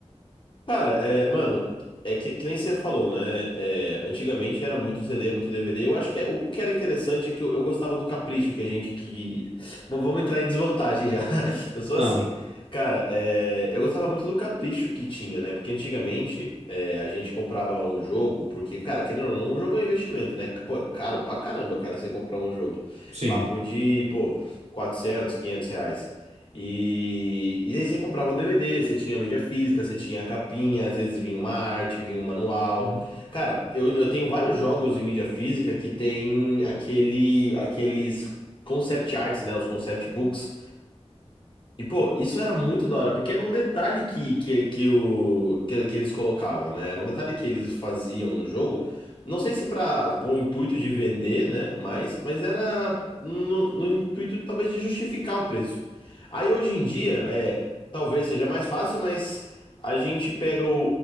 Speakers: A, on the left (about 45°); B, on the right (about 75°).
A: Cara, é, mano, é que, que nem você falou, né? É, antigamente era muito CD, muito DVD. Eu acho que é- o, o que era interessante é que eu, eu gostava do capricho que a gente que. Mas vamos entrar em desvantagem já. <laughs> Eu sou
B: Ah,
A: assim. Cara, é, eu gostava muito do capricho que tinha, né? Porque antigamente é, a gente comprava um jogo, porque, cara, querendo ou não, um jogo é um investimento, né? Pô, é caro pra caramba, cara, você comprar um jogo.
B: sim.
A: Papo de, pô, quatrocentos quinhentos reais. E, e aí você comprava o DVD, você tinha a mídia física, você tinha a capinha, às vezes vinha uma arte, vinha um manual.
B: Uhum.
A: Cara, eu, eu tenho vários jogos em mídia física que tem aquele, aqueles concept arts, né? Os concept books. E, pô, isso era muito da hora, porque era um detalhe que, que, que, o, que, que eles colocavam, né? Era um detalhe que eles faziam no jogo. Não sei se pra, com o intuito de vender, né? Mas, mas era no, no intuito, talvez, de justificar o preço. Aí, hoje em dia, é, talvez seja mais fácil, mas a gente pega o-